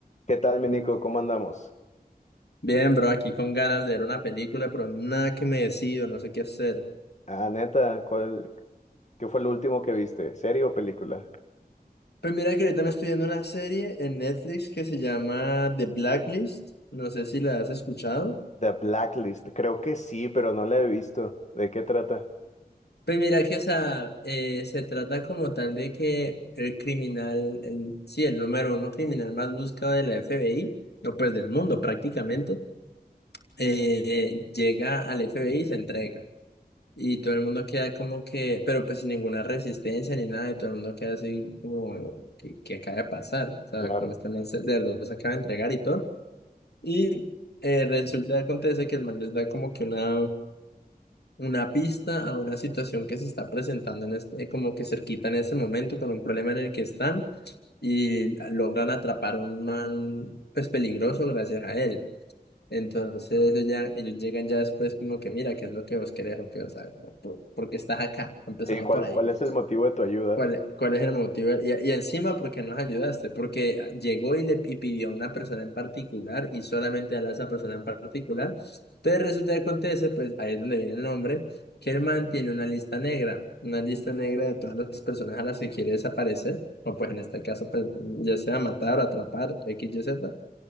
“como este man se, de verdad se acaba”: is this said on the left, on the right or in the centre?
Left